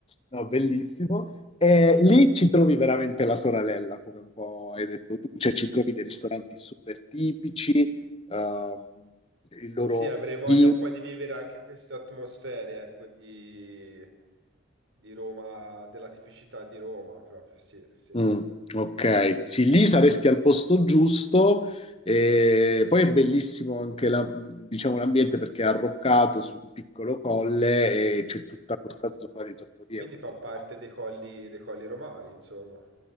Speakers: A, on the left; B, on the right.
A: No, bellissimo. E lì ci trovi veramente la soralella, come un po' hai detto tu, cioè ci trovi dei ristoranti super tipici, ehm, il loro
B: Sì, avrei voglia
A: vino.
B: un po' di vivere anche queste atmosfere, ecco, di, di Roma, della tipicità di Roma, proprio, sì, sì.
A: Mm, ok, sì, lì saresti al posto giusto. E poi è bellissimo anche la- diciamo, l'ambiente perché è arroccato su un piccolo colle e c'è tutta questa zona di trattorie
B: Quindi
A: una
B: fa
A: dietro
B: parte
A: l'altra.
B: dei colli, dei colli romani, insomma.